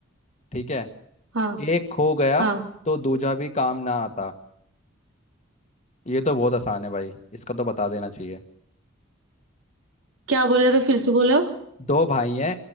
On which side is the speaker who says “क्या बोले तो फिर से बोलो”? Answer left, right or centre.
Right